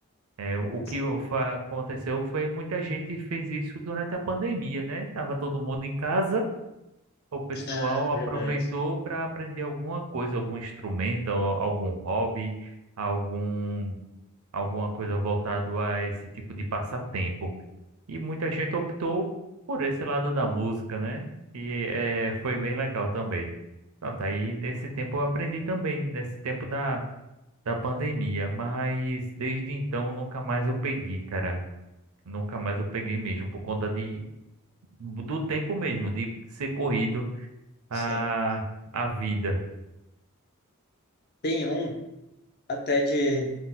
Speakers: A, on the right (about 85°); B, on the left (about 45°).
A: É, o
B: Sim.
A: que o- fa- aconteceu foi muita gente fez isso durante a pandemia, né? Tava todo mundo em casa, o pessoal
B: Ah, verdade.
A: aproveitou para aprender alguma coisa, algum instrumento, al- algum hobby, algum alguma coisa voltado a esse tipo de passatempo. E muita gente optou por esse lado da música, né? E é, foi bem legal também. Pronto, aí nesse tempo eu aprendi também, nesse tempo da, da pandemia, mas desde então nunca mais eu peguei, cara. Nunca mais eu peguei mesmo, por conta de, do tempo mesmo, de ser corrido a,
B: Sim.
A: a vida.
B: Tem um até de